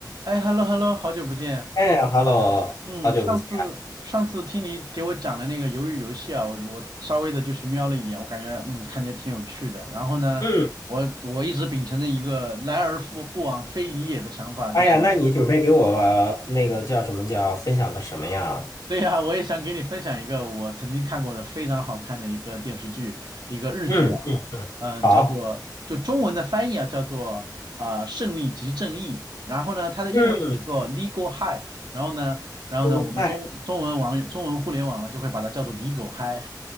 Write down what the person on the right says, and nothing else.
哎，hello hello，好久不见。
嗯，
上次上次听你给我讲了那个鱿鱼游戏啊，我我稍微的就是瞄了一眼，我感觉嗯看起来挺有趣的。然后呢，
我我一直秉承着一个来而复不往非礼也的想法，就是。
<laughs> 对呀，我也想给你分享一个我曾经看过的非常好看的一个电视剧，一个日剧啊，
嗯、叫做就中文的翻译啊，叫做啊、呃胜利即正义》，然后呢，它的英文写作
Legal High，然后呢，然后呢，
我们中中文网中文互联网呢就会把它叫做 Legal High，